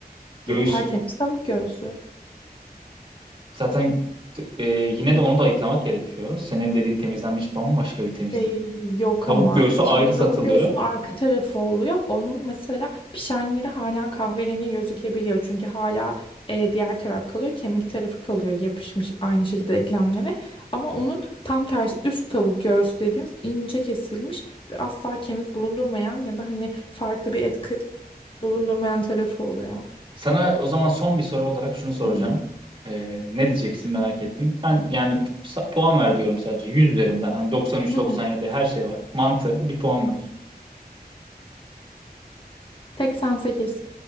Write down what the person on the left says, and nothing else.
Ya, Tertemiz tavuk göğsü.
Ee, yok
ama
şimdi
tavuk göğsünün arka tarafı oluyor. Onun mesela pişen yeri hala kahverengi gözükebiliyor. Çünkü hala e, diğer taraf kalıyor. Kemik tarafı kalıyor yapışmış aynı şekilde eklemlere. Ama onun tam tersi üst tavuk göğsü dediğimiz ince kesilmiş ve asla kemik bulundurmayan ya da hani farklı bir etki bulundurmayan tarafı oluyor.
Hı hı.
Hı hı.
seksen sekiz.